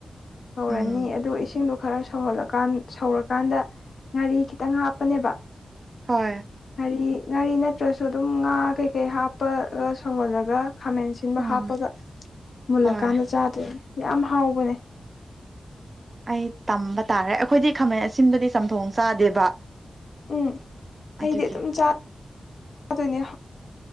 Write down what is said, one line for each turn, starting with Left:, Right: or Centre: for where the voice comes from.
Left: ꯊꯧꯔꯅꯤ
Right: ꯎꯝ
Left: ꯑꯗꯨ ꯏꯁꯤꯡꯗꯣ ꯈꯔ ꯁꯧꯍꯜꯂꯀꯥꯟ ꯁꯧꯔꯀꯥꯟꯗ ꯉꯥꯔꯤ ꯈꯤꯇꯪ ꯍꯥꯞꯄꯅꯦꯕ
Right: ꯍꯣꯏ
Left: ꯉꯥꯔꯤ ꯉꯥꯔꯤ ꯅꯠꯇ꯭ꯔꯁꯨ ꯑꯗꯨꯝ ꯉꯥ ꯀꯩꯀꯩ ꯍꯥꯞꯄꯒ ꯁꯣꯝꯍꯜꯂꯒ ꯈꯥꯃꯦꯟ ꯁꯤꯟꯕ
Right: ꯎꯝ
Left: ꯍꯥꯞꯄꯒ ꯃꯨꯜꯂꯀꯥꯟꯗ
Right: ꯍꯣꯏ
Left: ꯆꯥꯗꯣꯏꯅꯦ ꯌꯥꯝ ꯍꯥꯎꯕꯅꯦ
Right: ꯑꯩ ꯇꯝꯕ ꯇꯥꯔꯦ ꯑꯩꯈꯣꯏꯗꯤ ꯈꯥꯃꯦꯟ ꯑꯁꯤꯟꯕꯗꯤ ꯆꯝꯊꯣꯡ ꯆꯥꯗꯦꯕ
Left: ꯎꯝ
Right: ꯑꯗꯨꯒꯤ
Left: ꯑꯩꯗꯤ ꯑꯗꯨꯝ ꯆꯗꯣꯏꯅꯦ